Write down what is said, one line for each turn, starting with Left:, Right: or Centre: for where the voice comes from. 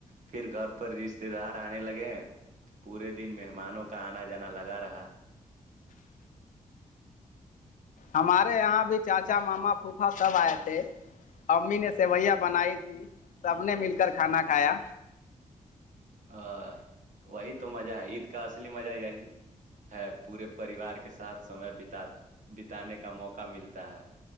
Right: پھر گھر پر رشتے دار آنے لگے پورے دن مہمانوں کا آنا جانا لگا رہا
Left: ہمارے یہاں بھی چاچا ماما پوفا سب آئے تھے امی نے سیوئیاں بنائی تھی سب نے مل کر کھانا کھایا
Right: ا وہی تو مزہ ہے عید کا اصلی مزہ یہی ہے پورے پریوار کے ساتھ سمے بتا بتانے کا موقع ملتا ہے